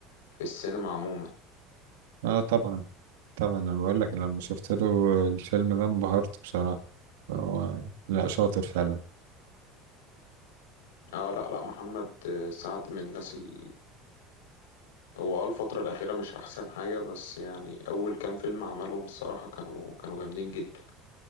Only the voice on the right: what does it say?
اه طبعا طبعا انا بقول لك لما شفت له الفيلم ده انبهرت بصراحة هو لا شاطر فعلا